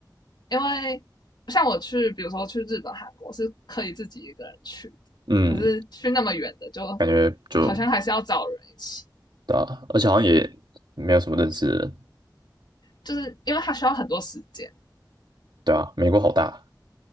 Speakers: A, on the left (about 70°); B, on the right (about 75°).
A: 因为像我去，比如说去日本、韩国是可以自己一个人去的，
B: 嗯，
A: 可是去那么远的就
B: 感觉就
A: 好像还是要找人一起，
B: 对啊，而且好像也没有什么认识的人，
A: 就是因为他需要很多时间。
B: 对啊，美国好大，